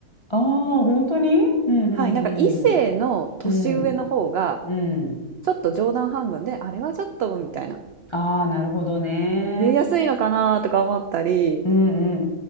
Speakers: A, on the left (about 30°); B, on the right (about 75°).
A: ああ、本当にうん、
B: はい、
A: う
B: なんか異性の年上の方が
A: ん、うん。うん、うん。
B: ちょっと冗談半分で、あれはちょっとみたいな、
A: ああ、なるほどね。
B: 言いやすいのかなとか思ったり、
A: うん、う